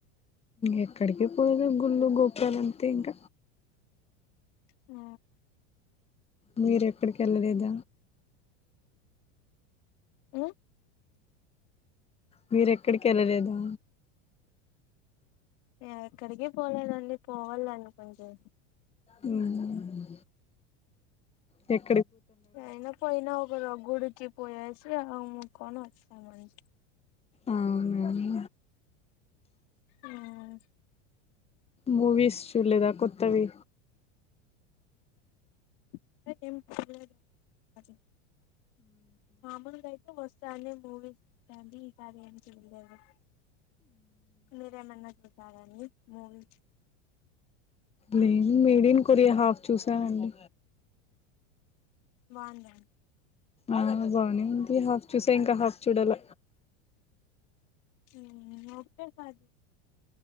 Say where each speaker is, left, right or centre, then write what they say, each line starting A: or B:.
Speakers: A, on the left (about 15°); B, on the left (about 55°).
A: ఎక్కడికి పోము గుళ్ళు గోపురాల అంతే ఇంక
B: ఓ
A: మీర ఎక్కడికి ఎళ్ళలేద
B: హ్మ్
A: మీర్ ఎక్కడికి ఎళ్ళలేదా
B: ఎక్కడికి పోలేదండి పోవాల్ అనుకుంటే
A: హ్మ్ పెట్
B: ఏయినా పోయిన ఒక ర గుడుకి పోయేసి ఆ ముకోని వస్ <unintelligible>
A: అవును అని
B: ఏం
A: మూవీస్ చూడలేదా కొత్తవి
B: కొత్తవి ఏం చూడలేద్ మగాయితే వస్ తనే మూవీస్ చూస్తంటి ఈ సారి ఏం చూడలేదు మీరేమన్నా చూసారండి మూవీస్
A: లే మేడ్ ఇన్ కొరియా హాఫ్ చూసానండి
B: బాంద
A: అ బానే ఉంది హాఫ్ చూసా ఇంకా హాఫ్ చూడల
B: హ్మ్ ఓకే మరి